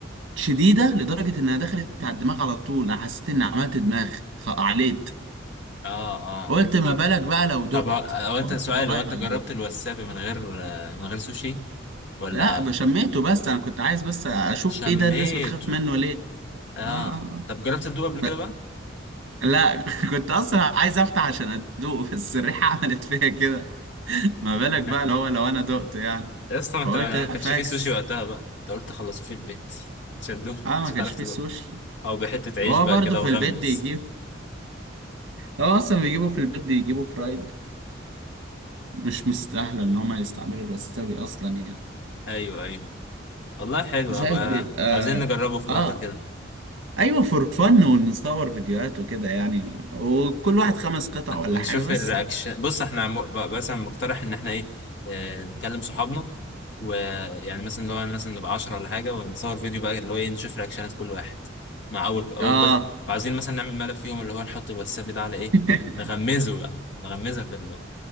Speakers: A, on the right (about 75°); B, on the left (about 60°).
A: شديده لدرجه انها دخلت على الدماغ على طول أنا حسيت اني عملت دماغ خ- عليت
B: اه اه
A: قلت ما بالك بقى لو دقت
B: طب هو هو
A: قلت
B: انت سؤال
A: والله
B: هو انت
A: ما
B: جربت
A: دقت
B: الوسابي من غير آه، من غير سوشي ولا
A: لا ب- شميته بس انا كنت عايز بس اشوف
B: شميته
A: ايه ده الناس بتخاف منه ليه
B: اه
A: اه اه آه.
B: طب جربت تدوق قبل كده
A: ب-
B: بقى
A: لا <laughs> كنت اصلا عايز افتح عشان ادوق بس الريحه <laughs> عملت فيا كده ما بالك بقى
B: <laughs>
A: لو هو لو انا دقت يعني
B: يا اسطى ما انت
A: فقلت
B: ما
A: لا
B: ما كانش
A: فاكس
B: فيه سوشي وقتها بقى انت قلت خلصوه في البيت مش هتدوق
A: اه ما
B: مش
A: كانش
B: هتعرف
A: فيه
B: تدوق
A: سوشي
B: او بحتة عيش
A: وهو
B: بقى
A: برضه
B: كده
A: في
B: وغمس
A: البيت بيجيب هو اصلا بيجيبوا في البيت بيجيبوا فرايد مش مستاهله ان هما يستعملوا الوسابي اصلا يعني
B: ايوه ايوه والله حلو
A: زائد
B: ابقى
A: بيبقى
B: عاوزين نجربه في
A: اه
B: مره كده
A: ايوه فور فن ونصور فيديوهات وكده يعني وكل واحد خمس قطع ولا
B: ونشوف
A: حاجه بس
B: الرياكشن
A: يعني
B: بص احنا م- بقى- مثلا مقترح ان احنا ايه آه، نكلم صحابنا ويعني مثلا اللي هو مثلا نبقى 10 ولا حاجه ونصور فيديو بقى اللي هو ايه نشوف رياكشنات كل واحد مع اول اول
A: اه
B: بس عاوزين مثلا نعمل ملف فيهم اللي هو نحط الواتساب ده على ايه
A: <laughs>
B: ن- نغمزه بقى نغمزها في ال...